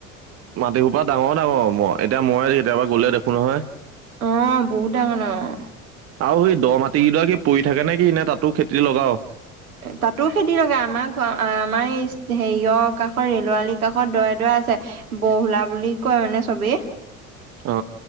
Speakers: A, on the right; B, on the right.
A: মাটি সো পৰা ডাঙৰ - ডাঙৰ মই এতিয়া মই কেতিয়াবা গ'লে দেখো নহয়।
B: অ বহুত ডাঙৰ - ডাঙৰ।
A: আৰু সেই দ মাটি কেইড কি পৰি থাকে নে কি এনে তাতো খেতি লগাও?
B: তাতো খেতি লগা আমাৰ ঘ আমাৰ এই হেৰিয়ৰ কাষৰ ৰেলোৱালিৰ কাষত দৰা - দৰা আছে বহলা বুলি কয় মানে চবেই।
A: অ।